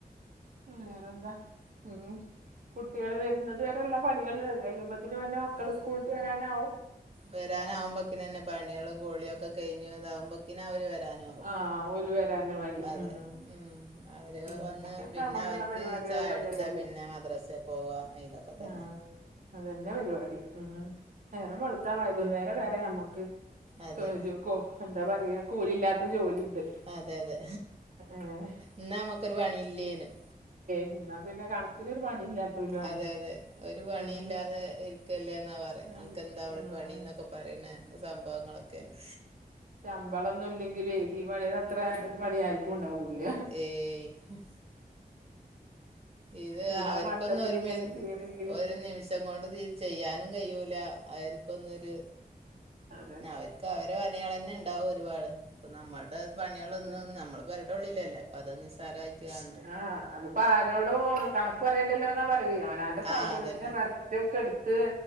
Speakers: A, on the right; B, on the right.
A: വേറെന്താ ഉം കുട്ടികള് വരുന്നത് വരെയുള്ള പണികളെ അത് കഴിയുമ്പ ത്തിന് മക്കള് സ്കൂള്ട്ട് വരാനാവും
B: വരാനാവമ്പുക്കിനന്നെ പണികളും കുളി ഒക്കെ കഴിഞ്ഞു ഇതാവുമ്പൊ‌ക്കിന് അവര് വ രാനാവും
A: ആ ഓല് വരാനും ആയി
B: അതെ
A: ഉം
B: അവർ
A: ഉം
B: വന്ന്
A: ഇപ്പ
B: പിന്നെ
A: നമ്മുക്കുള്ള
B: അവർക്ക്
A: പരിപാടികൾപ്പന്നല്ലല്ലേ
B: ചായ കുടിച്ചാൽ പിന്നെ മദ്രസയിൽ പോവുക ഇതൊക്കെ തന്നെ
A: ആഹ് അതന്നെ പരിപാടി ഉം നേരം വെളുത്താ വൈകുന്നേരം വരെ ഞമ്മക്ക്
B: അതെ
A: തോര് കൊ എന്താ പറയാ കൂലില്ലാത്ത ജോലിണ്ട്
B: അതെ അതെ
A: ഉം
B: എന്ന നമുക്കൊരു പണിയില്ലേനും
A: എന്നാ പിന്നെ കണക്കിനൊരു പണിയില്ലാത്തോലും ആണ്
B: അതെ അതെ ഒരു പണി
A: ഏഹ്
B: ഇല്ലാതെ ഇരി ‌ക്കില്ലേന്നാ പറയാ
A: ഉം
B: അവക്കെന്താ അവിടെ
A: ഉം
B: പണീന്നൊക്കെ പറയണ സംഭവങ്ങളൊക്കല്ലെ
A: നമ്മളൊന്നും ഇല്ലെങ്കിലെ ഈ പണീടെ അത്ര പണി ആർക്കും ഉണ്ടാവൂല്ല
B: ഏയ് ഇത്
A: ഇതാ
B: അവർക്ക്
A: മട്ടത്തിൽ
B: ഒന്ന് ഒര്
A: ഇങ്ങനെ
B: മിൻ
A: ചെയ്യണെങ്കില്
B: ഒരു നിമി ഷം കൊണ്ട് ഇത്‌ ചെയ്യാനും കഴിയൂല്ല അവർക്കൊന്നൊരു
A: അതെ
B: പിന്നവരി ക്കവരെ പണികളന്നെ ഇണ്ടാവും ഒരുപാട് ഇപ്പം നമ്മടെ പണികളൊന്നും
A: അത്
B: നമ്മള് പെരെടെ ഉള്ളിലല്ലെ അപ്പതാ നിസ്സാരായിട്ട് കാൺണെ
A: ആഹ് അത് അപ്പാരോടും കണക്ക് പറയേണ്ടല്ലോ എന്നാ പറയും അവനവന്റെ
B: ആ
A: സൗകര്യത്തിന്
B: അതന്നെ
A: റെസ്റ്റ് ഒക്കെ എടുത്ത്